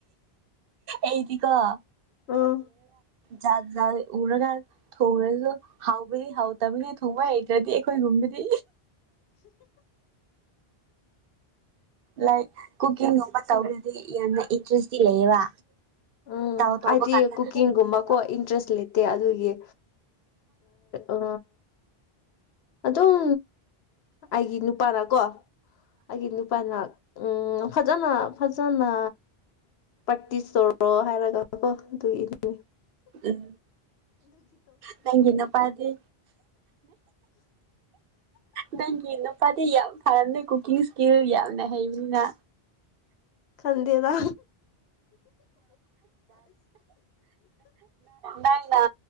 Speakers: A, on the right (about 65°); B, on the left (about 80°).
A: ꯑꯦꯗꯤꯀꯣ <unintelligible>
B: ꯎꯝ
A: ꯖꯥꯠ ꯖꯥꯠ ꯎꯔꯒ ꯊꯣꯡꯔꯁꯨ ꯍꯥꯎꯕꯗꯤ ꯍꯥꯎ ꯇꯕꯗꯤ ꯊꯣꯡꯕ ꯍꯩꯇ꯭ꯔꯗꯤ ꯑꯩꯈꯣꯏ ꯀꯔꯤ ꯂꯥꯏꯛ ꯀꯨꯀꯤꯡꯒꯨꯝꯕ ꯇꯧꯕꯗꯗꯤ ꯌꯥꯝꯅ ꯏꯟꯇ꯭ꯔꯦꯁꯇꯤ ꯂꯩꯌꯦꯕ
B: ꯎꯝ
A: ꯇꯧ ꯇꯧꯕ
B: ꯑꯗꯤ
A: ꯀꯥꯟꯗ
B: ꯀꯨꯀꯤꯡꯒꯨꯝꯕ
A: ꯎꯝ
B: ꯀꯣ ꯏꯟꯇ꯭ꯔꯦꯁ ꯂꯩ ꯇꯦ ꯑꯗꯨꯒꯤ ꯑ ꯑꯗꯨꯝ ꯑꯩꯒꯤ ꯅꯨꯄꯥꯅ ꯀꯣ ꯑꯩꯒꯤ ꯅꯨꯄꯥꯅ ꯎꯝ ꯐꯖꯅ ꯐꯖꯅ ꯄ꯭ꯔꯦꯛꯇꯤꯁ ꯇꯧꯔꯣ ꯍꯥꯏꯔꯒ ꯀꯣ ꯑꯗꯨꯒꯤꯗꯨꯅꯦ
A: ꯎꯝ ꯅꯒꯤ ꯄꯥꯏꯗꯤ ꯅꯪꯒꯤ ꯅꯨꯄꯥꯗꯤ ꯌꯥꯝ ꯐꯔꯝꯅꯦ ꯀꯨꯀꯤꯡ ꯏꯁꯀꯤꯜ ꯌꯥꯝꯅ ꯍꯩꯕꯅꯤꯅ
B: ꯈꯪꯗꯦ ꯇ
A: ꯅꯪꯅ